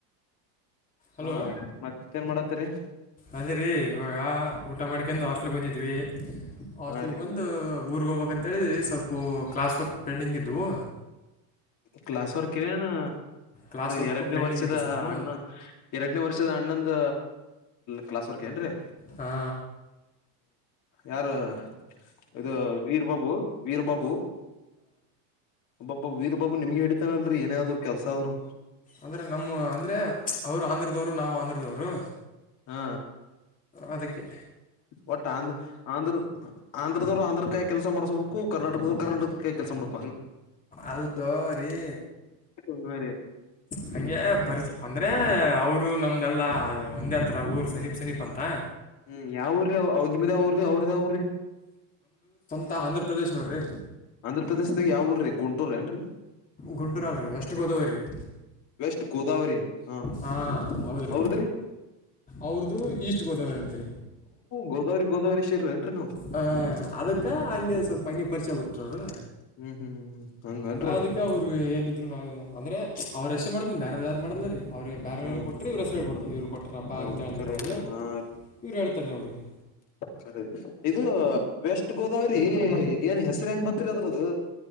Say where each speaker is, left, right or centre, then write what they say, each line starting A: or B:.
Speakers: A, on the left; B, on the left.
A: ಹಲೋ
B: ಹಾ ಮತ್ತೇಏನ್ ಮಾಡತೀರಿ
A: ಅದೇ ರೀ ಇವಾಗ ಊಟ ಮಾಡ್ಕಂಡ ಹಾಸ್ಟೆಲ್ಗೆ ಬಂದಿದ್ವಿ ಹಾಸ್ಟೆಲ್
B: ಹಾ ರೀ
A: ಬಂದು ಊರಿಗೆ ಹೋಗಬೇಕಂತೇಳಿದ ಸ್ವಲ್ಪ ಕ್ಲಾಸ್ ವರ್ಕ್ ಪೆಂಡಿಂಗ್ ಇದ್ವು
B: ಕ್ಲಾಸ್ ವರ್ಕ್ಏನು
A: ಕ್ಲಾಸ್ ವರ್ಕು
B: ಎರಡನೇ
A: ಪೆಂಡಿಂಗ್
B: ವರ್ಷದ
A: ಇದ್ದು ಸ್ವಲ್ಪ
B: ಅಣ್ಣ ಎರಡನೇ ವರ್ಷದ ಅಣ್ಣಂದ ಕ್ಲಾಸ್ ವರ್ಕ ಏನ್ರಿ
A: ಹಾ
B: ಯಾರು ಇದು ವೀರ್ ಬಾಬು ವೀರ್ ಬಾಬು ಒಬ ವೀರ್. ವೀರ್ ಬಾಬು ನಿಮ್ಗೆ ಇಡಿತಾನಲ್ರಿ ಏನಾದ್ರು ಕೆಲ್ಸ ಆದ್ರು.
A: ಅಂದರೆ ನಮ್ಮ ಅಂದರೆ ಅವರು ಆಂಧ್ರದವ್ರು ನಾವವು ಆಂಧ್ರದವ್ರು.
B: ಹಾ.
A: ಅದಿಕ್ಕೆ.
B: ಒಟ್ಟ ಆಂಧ್ರ ಆಂಧ್ರರು. ಆಂಧ್ರದವ್ರು ಕಾಯ ಕೆಲ ಮಾಡ್ಬೇಕು ಕರ್ನಾಟಕದ್ರು ಕರ್ನಾಟಕ ಕೆಲಸ ಮಾಡಬೇಕು.
A: ಅಲ್ದ ರೀ
B: ಹ್ಮ್ ರೀ
A: ಹಂಗೆ ಪರಿಚಯ ಅಂದ್ರೆ. ಅವರು ನಮ್ದೆಲ್ಲಾ ಅ ಒಂದೇ ಹತ್ರ ಊರ್ ಸನೀಪ್ ಸನೀಪ್ ಅಂತ.
B: ಹ್ಮ್ ಯಾವ ಊರ್ರೀ ಅವ್ರ ನಿಮ್ದ ಯಾವ ಊರಿ ಅವ್ರ ಯಾವ ಊರಿ.
A: ತಾ ಆಂಧ್ರಪ್ರದೇಶ್ ನೋಡಿರಿ.
B: ಆಂಧ್ರ ಪ್ರದೇಶದಾಗ ಯಾವ ಊರ್ರೀ ಗುಂಟೂರ ಏನ್ರೀ.
A: ಗುಂಟೂರಲು ರೀ ವೆಸ್ಟ್ ಗೋದಾವರಿ ರೀ.
B: ವೆಸ್ಟ್ ಗೋದಾವರಿ ಹಾ
A: ಹಾಂ ಹೌದು ರೀ
B: ಅವ್ರದ್ರೀ.
A: ಅವ್ರದ್ದು ಈಸ್ಟ್ ಗೋದಾವರಿತ್ರಿ.
B: ಗೋದಾವರಿ ಗೋದಾವರಿ ಸೈಡ್ನ್ನುವು.
A: ಹ ಅದಕ್ಕ ಹಂಗೆ ಸ್ವಲ್ಪ ಹಂಗೆ ಪರಿಚಯ ಹಾಗಿ ಬಿಟ್ರವರು
B: ಹ್ಮ್ ಹ್ಮ್ ಹಂಗನ್ರಿ
A: ಅದಕ್ಕೆ ಅವರು ಏನ ಇದ್ರು ಆಗದ ಅಂದ್ರೆ ಅವ್ರ ಎಷ್ಟ ಮಾಡತನ ಬೇರೆವ ಯಾರು ಮಾಡಲರೀ ಅವ್ರರಿಗೆ ಬೇರೆವ್ರೇನು
B: ಹ್ಮ್
A: ಕೊಟ್ರಿ ಇವರು ಹೆಸರುಳ್ಬಡ್ದದು ಇವ್ರು ಕೊಟ್ರಪ್ಪಾ
B: ಹೌದು
A: ಅಂತ ಅಂದ್ಬಿಡೋದು
B: ಕರೆ ಕರೆ ಹಾ
A: ಇವ್ರು ಹೇಳ್ತಾರ ಅವ್ರರಿಗೆ
B: ಕರೆ ಇದು ವೆಸ್ಟ್ ಗೋದಾವರಿ ಏನ್ ಹೆಸರು ಹೆಂಗ್ ಬರ್ತಿರಿ ಅದ್ರದು.